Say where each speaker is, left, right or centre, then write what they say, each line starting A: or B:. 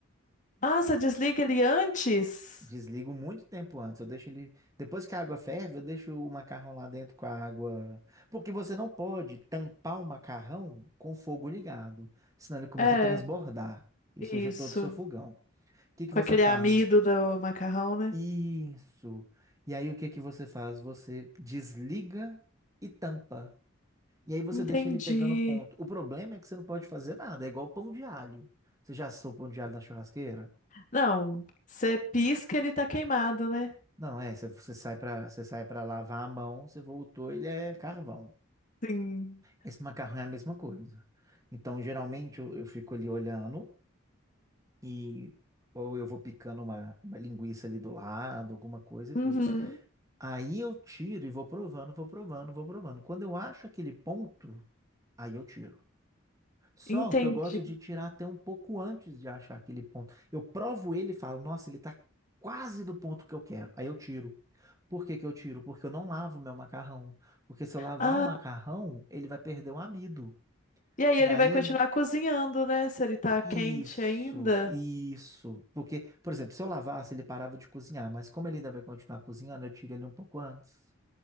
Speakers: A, on the left; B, on the right.
A: Ah, você desliga ele antes?
B: Desligo muito tempo antes. Eu deixo ele. Depois que a água ferve, eu deixo o macarrão lá dentro com a água. Porque você não pode tampar o macarrão com o fogo ligado. Senão ele começa
A: É,
B: a transbordar e
A: isso.
B: suja todo o seu fogão. O que que
A: Com
B: você
A: aquele
B: faz?
A: amido do macarrão, né?
B: Isso. E aí o que que você faz? Você desliga e tampa. E aí você
A: Entendi.
B: deixa ele pegando ponto. O problema é que você não pode fazer nada. É igual pão de alho. Você já assou pão de alho na churrasqueira?
A: Não, você pisca, ele tá queimado, né?
B: Não, é, se você sai para você sai para lavar a mão, você voltou, ele é carvão.
A: Sim.
B: Esse macarrão é a mesma coisa. Então, geralmente eu, eu fico ali olhando e ou eu vou picando uma, uma linguiça ali do lado, alguma coisa e
A: Uhum,
B: tudo. Aí eu tiro e vou provando, vou provando, vou provando. Quando eu acho aquele ponto, aí eu tiro. Só
A: entendi.
B: que eu gosto de tirar até um pouco antes de achar aquele ponto. Eu provo ele e falo, nossa, ele está quase do ponto que eu quero. Aí eu tiro. Por que que eu tiro? Porque eu não lavo meu macarrão. Porque se eu lavar
A: Ah,
B: o macarrão, ele vai perder o amido.
A: e aí
B: E
A: ele
B: aí,
A: vai continuar cozinhando, né? Se ele tá
B: isso,
A: quente ainda.
B: isso. Porque, por exemplo, se eu lavasse, ele parava de cozinhar. Mas como ele ainda vai continuar cozinhando, eu tiro ele um pouco antes.